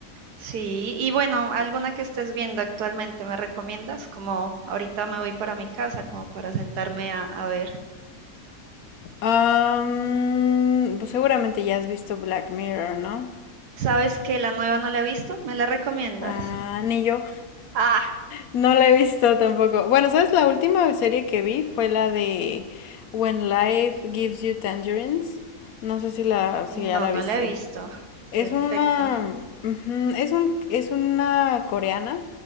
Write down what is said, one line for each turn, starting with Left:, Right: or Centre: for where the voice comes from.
Right: sí. Y bueno, ¿alguna que estés viendo actualmente me recomiendas? Como ahorita me voy para mi casa, como para sentarme a, a ver.
Left: Am, pues seguramente ya has visto Black Mirror, ¿no?
Right: ¿Sabes que la nueva no la he visto? ¿Me la recomiendas?
Left: Ah, ni yo.
Right: Ah,
Left: No la he visto tampoco. Bueno, ¿sabes? La última serie que vi fue la de When Life Gives You Tangerines. No sé si la, si
Right: no,
Left: ya la
Right: no
Left: viste.
Right: la he visto.
Left: Es
Right: Perfecto.
Left: una, ujú, es un, es una coreana.